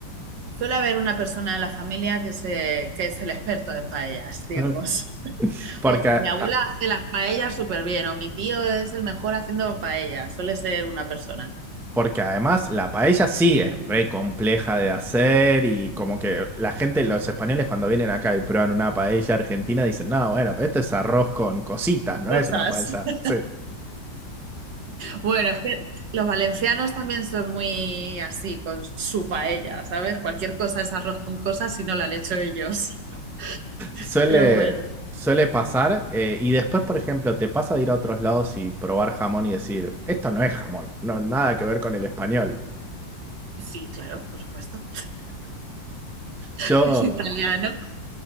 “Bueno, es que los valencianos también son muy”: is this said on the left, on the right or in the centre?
Right